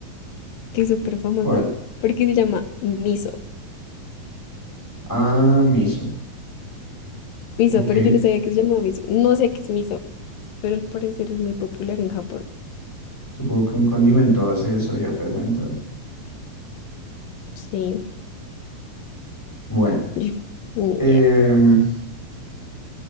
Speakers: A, on the left; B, in the centre.
A: que es súper famosa,
B: ¿Cuál?
A: porque se llama Miso.
B: Ah, miso.
A: Miso,
B: Ok.
A: pero yo no sabía que se llamaba Miso. No sé qué es Miso, pero al parecer es muy popular en Japón.
B: Supongo que un condimento hace eso ya fermentado.
A: Sí.
B: Bueno.
A: <laughs> Ni
B: em,
A: idea.